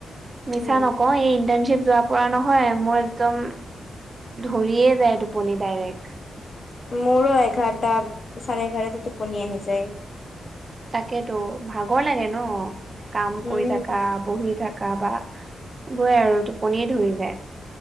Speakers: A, on the right; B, on the left.
A: মিছা
B: উম
A: নকওঁ এই ইণ্টাৰট যোৱা পৰা নহয় মোৰ একদম ধৰিয়ে যায় টোপনি ডাইৰেক্ট
B: মোৰো এঘাৰটা চাৰে এঘাৰটা টোপনি আহি যায়
A: তাকেতো ভাগৰ লাগে ন কাম
B: উম
A: কৰি থকা বহি থাক থাকা বা হয়ে আৰু টোপনিয়ে ধৰি যায়